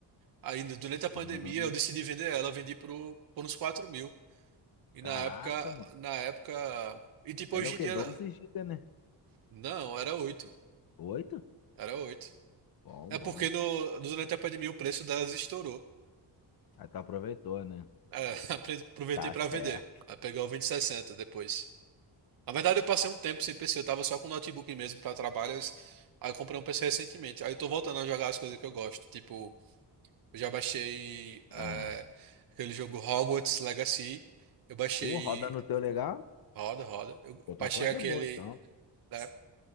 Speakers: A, on the right; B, on the left.
A: Aí, durante a pandemia,
B: Ah.
A: eu decidi vender ela. Eu vendi por, por uns 4 mil. E
B: Caraca,
A: na época,
B: mano.
A: na época... E tipo,
B: Ela
A: hoje
B: é o quê?
A: em dia...
B: doze GB, né?
A: Não, era oito
B: 8?
A: Era oito
B: Bom,
A: É porque
B: bom.
A: no, durante a pandemia o preço delas estourou.
B: Aí tu aproveitou, né?
A: É, <laughs> apre- aproveitei
B: Tá
A: para
B: certo.
A: vender. Aí peguei o 2060 depois. Na verdade, eu passei um tempo sem PC, eu tava só com notebook mesmo pra trabalho. Aí aí eu comprei um PC recentemente. Aí eu tô voltando a jogar as coisas que eu gosto. Tipo, eu já baixei
B: Ah.
A: eh, aquele jogo Hogwarts Legacy. Eu baixei.
B: Pô, roda no teu legal?
A: Roda, roda. Eu
B: Pô, tua
A: baixei
B: placa
A: aquele.
B: é boa, então, pô.
A: né?